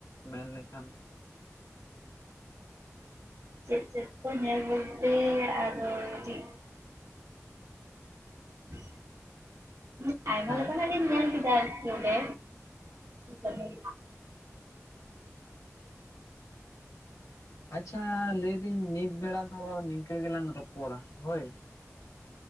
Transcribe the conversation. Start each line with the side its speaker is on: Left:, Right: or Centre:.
Left: ᱢᱮᱱ ᱞᱮᱠᱷᱟᱱ
Right: ᱪᱮᱫ ᱪᱮᱫ ᱠᱚ ᱧᱮᱞ ᱵᱚᱞᱛᱮ ᱟᱫᱚ ᱴᱤᱜ <inaudible> ᱟᱭᱢᱟ
Left: ᱦᱮᱸ
Right: ᱞᱮᱠᱟᱱᱟᱜ ᱜᱮᱧ ᱧᱮᱞ ᱠᱮᱫᱟ ᱟᱨᱠᱤ ᱱᱚᱰᱮ ᱩᱸ <inaudible>
Left: ᱟᱪᱪᱷᱟ ᱞᱟᱹᱭᱫᱟᱹᱧ ᱱᱤᱛ ᱵᱮᱲᱟ ᱫᱚ ᱱᱤᱝᱠᱟᱹ ᱜᱮᱞᱟᱝ ᱨᱚᱯᱚᱲᱟ ᱦᱳᱭ